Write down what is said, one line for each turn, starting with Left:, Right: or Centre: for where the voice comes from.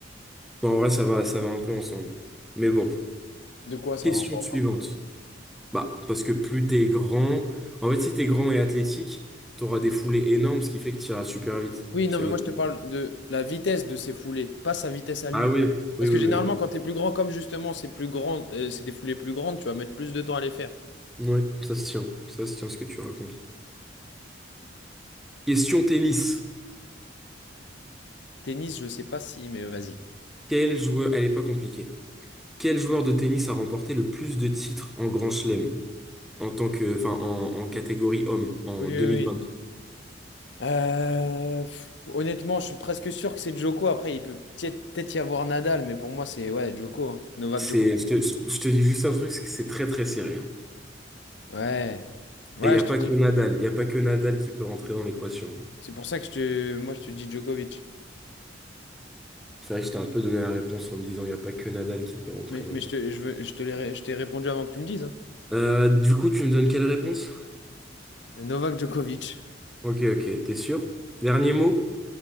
Centre: Non, en vrai, ça va, ça va un peu ensemble. Mais bon,
Left: De quoi ça,
Centre: question
Left: on va entendre?
Centre: suivante. Bah, parce que plus t'es grand, en fait, si t'es grand et athlétique, t'auras des foulées énormes, ce qui fait que t'iras super vite.
Left: Oui,
Centre: C'est
Left: non, mais
Centre: logique.
Left: moi, je te parle de la vitesse de ses foulées, pas sa vitesse à lui.
Centre: Ah oui,
Left: Parce
Centre: oui, oui,
Left: que généralement,
Centre: oui, ok.
Left: quand t'es plus grand, comme justement, c'est plus grand, euh, c'est des foulées plus grandes, tu vas mettre plus de temps à les faire.
Centre: Ouais, ça se tient, ça se tient ce que tu racontes. Question tennis.
Left: Tennis, je sais pas si, mais vas-y.
Centre: Quel joueur, elle est pas compliquée. Quel joueur de tennis a remporté le plus de titres en Grand Chelem en tant que, enfin, en, en catégorie homme en
Left: Oui, oui,
Centre: 2020?
Left: oui. Euh, pff, honnêtement, je suis presque sûr que c'est Djoko. Après, il peut peut-être peut-être y avoir Nadal, mais pour moi, c'est ouais, Djoko, hein. Novak
Centre: C'est,
Left: Djoko.
Centre: je te, je te dis juste un truc, c'est que c'est très très serré. hein.
Left: Ouais. Ouais,
Centre: Et il n'y a
Left: je te
Centre: pas
Left: dis.
Centre: que Nadal, il n'y a pas que Nadal qui peut rentrer dans l'équation.
Left: C'est pour ça que je te, moi, je te dis Djokovic.
Centre: C'est vrai que je t'ai un peu donné la réponse en me disant il n'y a pas que Nadal qui peut rentrer
Left: Mais,
Centre: dans
Left: mais
Centre: l'équation.
Left: je te, je veux- je te l'ai ré- je t'ai répondu avant que tu me dises. hein.
Centre: Euh, du coup, tu me donnes quelle réponse?
Left: Novak Djokovic.
Centre: Ok, ok, t'es sûr? Dernier mot?